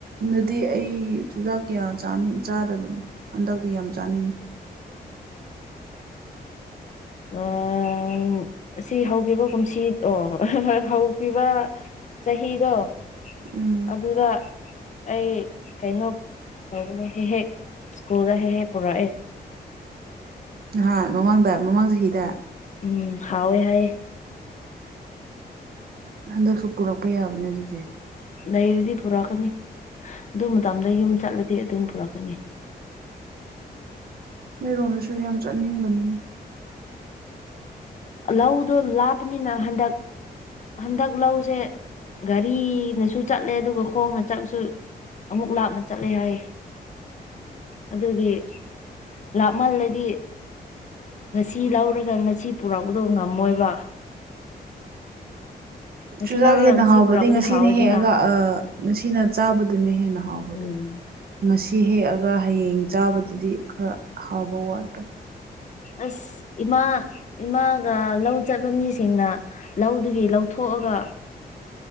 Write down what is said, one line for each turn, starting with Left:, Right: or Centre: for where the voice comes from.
Right: ꯅꯗꯤ ꯑꯩ ꯆꯨꯖꯥꯛ ꯀꯌꯥ ꯆꯥꯗꯕꯅꯦ ꯍꯟꯗꯛꯇꯤ ꯌꯥꯝ ꯆꯥꯅꯤꯡꯉꯤ
Left: ꯎꯝ ꯑꯁꯤ ꯍꯧꯈꯤꯕ ꯀꯨꯝꯁꯤ ꯑꯣ ꯍꯧꯈꯤꯕ ꯆꯍꯤꯗꯣ
Right: ꯎꯝ
Left: ꯑꯗꯨꯗ ꯑꯩ ꯀꯩꯅꯣ ꯇꯧꯕꯅꯦ ꯍꯦꯛ ꯍꯦꯛ ꯁꯀꯨꯜ ꯍꯦꯛ ꯍꯦꯛ ꯄꯨꯔꯥꯑꯦ
Right: ꯅꯍꯥꯟ ꯃꯃꯥꯡꯗ ꯃꯃꯥꯡ ꯆꯍꯤꯗ
Left: ꯎꯝ ꯍꯥꯎꯏ ꯍꯥꯏꯌꯦ
Right: ꯍꯟꯗꯛꯁꯨ ꯄꯨꯔꯛꯄ ꯌꯥꯕꯅꯦ ꯑꯗꯨꯗꯤ
Left: ꯂꯩꯔꯗꯤ ꯄꯨꯔꯛꯀꯅꯤ ꯑꯗꯨ ꯃꯇꯝꯗ ꯌꯨꯝ ꯆꯠꯂꯗꯤ ꯑꯗꯨꯝ ꯄꯨꯔꯛꯀꯅꯤ
Right: ꯅꯣꯏꯔꯣꯝꯗꯁꯨ ꯌꯥꯝ ꯆꯠꯅꯤꯡꯕꯅꯤꯅꯦ
Left: ꯂꯧꯗꯣ ꯂꯥꯞꯄꯅꯤꯅ ꯍꯟꯗꯛ ꯍꯟꯗꯛ ꯂꯧꯁꯦ ꯒꯥꯔꯤꯅꯁꯨ ꯆꯠꯂꯦ ꯑꯗꯨꯒ ꯈꯣꯡꯅ ꯆꯠꯂꯁꯨ ꯑꯃꯨꯛ ꯂꯥꯞꯅ ꯆꯠꯂꯦ ꯍꯥꯏꯌꯦ ꯑꯗꯨꯒꯤ ꯂꯥꯞꯃꯜꯂꯗꯤ ꯁꯤ ꯂꯧꯔꯒ ꯉꯁꯤ ꯄꯨꯔꯛꯄꯗꯣ ꯉꯝꯃꯣꯏꯕ ꯉꯁꯤ
Right: ꯆꯨꯖꯥꯛ
Left: ꯂꯧꯔꯒ
Right: ꯍꯦꯟꯅ
Left: ꯉꯁꯤ
Right: ꯍꯥꯎꯕꯗꯒꯤ
Left: ꯄꯨꯔꯛꯄꯗꯤ
Right: ꯉꯁꯤꯅ
Left: ꯍꯥꯎꯋꯦꯗꯅ
Right: ꯍꯦꯛꯑꯒ ꯉꯁꯤꯅ ꯆꯥꯕꯗꯨꯅ ꯍꯦꯟꯅ ꯍꯥꯎꯕꯗꯨ
Left: ꯎꯝ
Right: ꯉꯁꯤ ꯍꯦꯛꯑꯒ ꯍꯌꯦꯡ ꯆꯥꯕꯗꯗꯤ ꯈꯔ ꯍꯥꯎꯕ ꯋꯥꯠꯄꯅꯤ
Left: ꯑꯁ ꯏꯃꯥ ꯏꯃꯥꯒ ꯂꯧ ꯆꯠꯄ ꯃꯤꯁꯤꯡꯅ ꯂꯧꯗꯒꯤ ꯂꯧꯊꯣꯛꯑꯒ